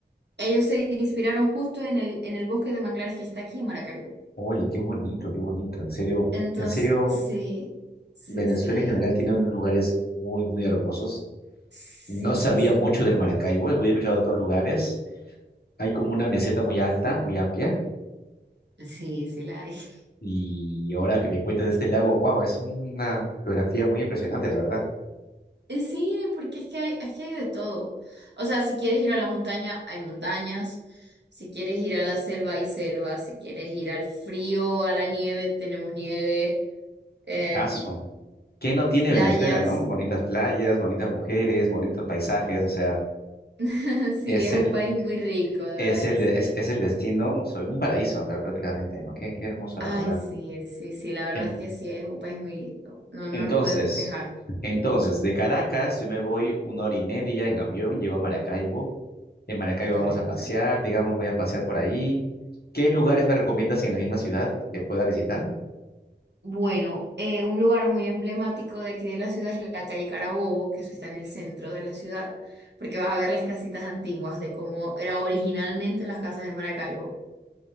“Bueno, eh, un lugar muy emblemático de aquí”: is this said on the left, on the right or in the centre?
Right